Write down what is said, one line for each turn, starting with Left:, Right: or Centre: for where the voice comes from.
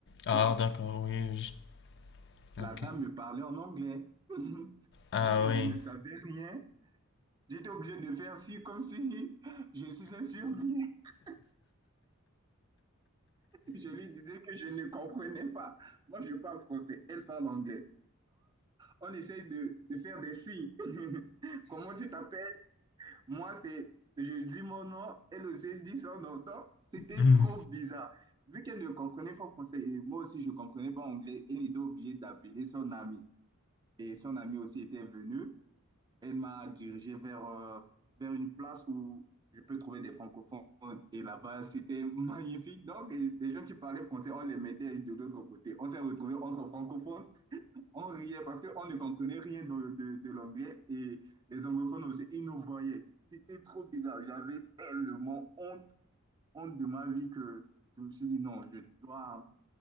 Left: Ah,
Right: Donc,
Left: d'accord, oui. je-
Right: la
Left: ok.
Right: dame me parlait en anglais. <laughs>
Left: Ah,
Right: Vu que je
Left: oui.
Right: ne savais rien, j'étais obligé de faire si, comme si je suis un surmis. <laughs> Je lui disais que je ne comprenais pas. Moi, je parle français, elle parle anglais. on essaye de, de faire des signes. <laughs> Comment tu t'appelles? Moi, c'est, je dis mon nom, elle aussi dit son nom. Donc, c'était
Left: Hmm.
Right: trop bizarre. Vu qu'elle ne comprenait pas français et moi aussi, je ne comprenais pas anglais, elle était obligée d'appeler son ami. Et son ami aussi était venu. Elle m'a dirigé vers, euh, vers une place où je peux trouver des francophones. Et là-bas, c'était <laughs> magnifique. Donc, les gens qui parlaient français, on les mettait de l'autre côté. On s'est retrouvés entre francophones on riait parce qu'on ne comprenait rien de, de- de l'anglais et les anglophones aussi, ils nous voyaient. C'était trop bizarre. J'avais tellement honte, honte de ma vie que je me suis dit non, je dois,